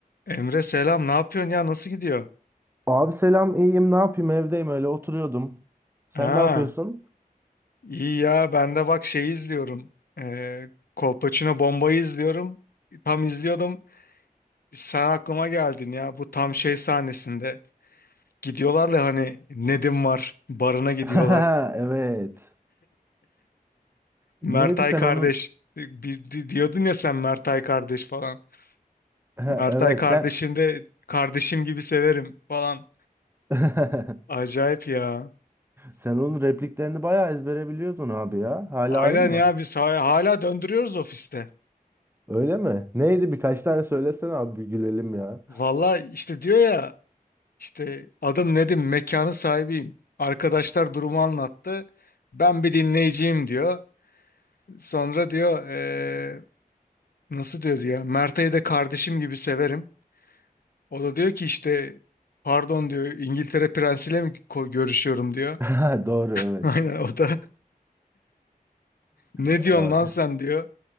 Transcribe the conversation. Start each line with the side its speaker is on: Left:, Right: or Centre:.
Left: Emre selam ne yapıyorsun ya nasıl gidiyor?
Right: Abi selam iyiyim ne yapayım evdeyim öyle oturuyordum. Sen
Left: Ha
Right: ne yapıyorsun?
Left: iyi ya ben de bak şeyi izliyorum. Ee, Kolpaçino Bomba'yı izliyorum. Tam izliyordum sen aklıma geldin ya bu tam şey sahnesinde. Gidiyorlar ya hani Nedim var barına gidiyorlar.
Right: <laughs> Evet.
Left: Mertay
Right: Neydi sen
Left: kardeş
Right: onun
Left: e, bir, di- diyordun ya sen Mertay kardeş falan.
Right: <laughs>
Left: Mertay
Right: evet
Left: kardeşim
Right: sen
Left: de kardeşim gibi severim falan.
Right: <laughs>
Left: Acayip ya.
Right: sen onun repliklerini bayağı ezbere biliyordun abi ya. Hala
Left: Aynen
Right: aynı mı?
Left: ya biz hala hala döndürüyoruz ofiste.
Right: Öyle mi? Neydi birkaç tane söylesene abi bir gülelim ya.
Left: Valla işte diyor ya İşte adım Nedim, mekanın sahibiyim. Arkadaşlar durumu anlattı. Ben bir dinleyiciyim diyor. Sonra diyor eee, nasıl diyor ya Mert'e de kardeşim gibi severim. O da diyor ki işte pardon diyor İngiltere prensiyle mi ko- görüşüyorum diyor.
Right: <laughs> Doğru
Left: <laughs>
Right: evet.
Left: Aynen o da ne
Right: Ay,
Left: diyorsun lan sen diyor.